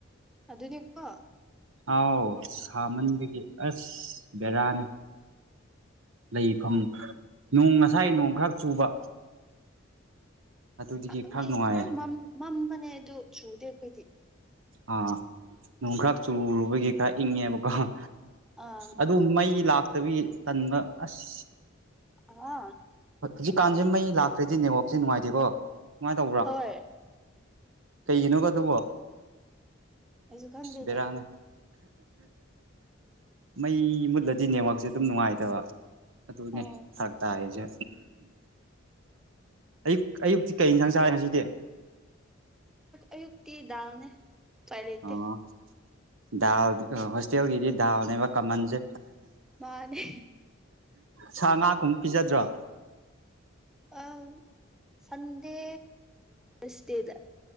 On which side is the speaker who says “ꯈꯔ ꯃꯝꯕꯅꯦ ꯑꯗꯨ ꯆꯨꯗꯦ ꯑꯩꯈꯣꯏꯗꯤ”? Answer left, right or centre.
Centre